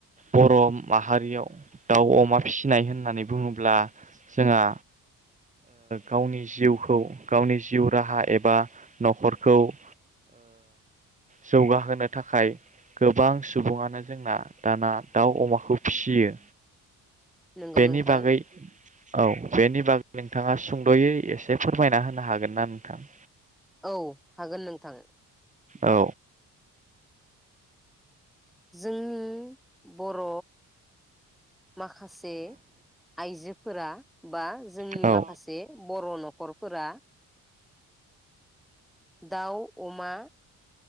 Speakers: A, on the right; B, in the centre.
A: बर' माहारियाव दाउ अमा फिसिनाय होननानै बुङोब्ला जोंहा गावनि जिउखौ गावनि जिउ राहा एबा न'खरखौ <inaudible> जौगाहोनो थाखाय गोबां सुबुङानो जोंना दाना दाउ अमाखौ फिसियो
B: नंगौ
A: बेनि
B: नोंथां
A: बागै औ बेनि बागै नोंथाङा सुंद'यै एसे फोरमायना होनो हागोन ना नोंथां
B: औ हागोन नोंथां
A: औ
B: जोंनि बर' माखासे आइजो <inaudible> फोर <unintelligible> बा जोंनि
A: औ
B: माखासे बर' न'खरफोरा दाउ अमा